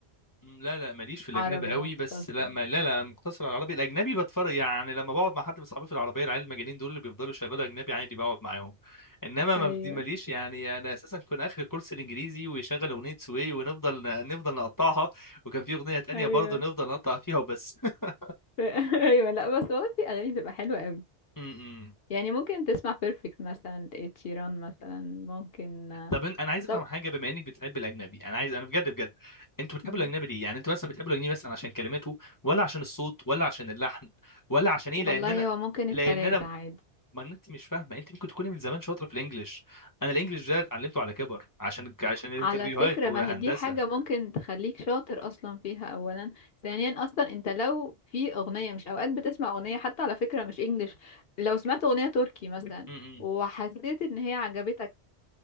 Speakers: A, on the left; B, on the left.
A: مم، لا لا ماليش في الاجنبي
B: عربي
A: قوي
B: مختص
A: بس لا ما لا لا مقتصر على العربي الاجنبي بتفرج يعني لما بقعد مع حد من صحابي في العربيه العيال المجانين دول اللي بيفضلوا يشغلوا اجنبي عادي بقعد معاهم انما ما
B: أيوة
A: بدي ماليش يعني انا اساسا كنت اخر كورس الانجليزي ويشغل اغنيه سوي ونفضل نفضل نقطعها وكان في اغنيه تانية
B: أيوة
A: برضه نفضل نقطع فيها وبس <laughs>
B: <laughs> أيوة لا بس والله في أغاني بتبقى حلوة قوي
A: م- م.
B: يعني ممكن تسمع بيرفكت مثلا لإد شيران مثلا ممكن آه،
A: طب إن- انا عايز افهم
B: طب
A: حاجه بما انك بتحب الاجنبي انا عايز انا بجد بجد انتوا بتحبوا
B: مم.
A: الاجنبي ليه يعني انتوا مثلا بتحبوا الاجنبي مثلا عشان كلماته ولا عشان الصوت ولا عشان اللحن ولا عشان ايه
B: والله
A: لان انا
B: هو ممكن
A: لان
B: التلاتة
A: انا
B: عادي
A: ما انت مش فاهمه انت ممكن تكوني من زمان شاطره في الانجليش انا الانجليش ده اتعلمته على كبر عشان عشان الانترفيوهات
B: على فكرة
A: والهندسه
B: ما هي دي حاجة ممكن تخليك شاطر أصلا فيها أولا ثانيا أصلا أنت لو في أغنية مش أوقات بتسمع أغنية حتى على فكرة مش إنجليش لو سمعت أغنية تركي مثلا
A: امم
B: وحسيت إن هي عجبتك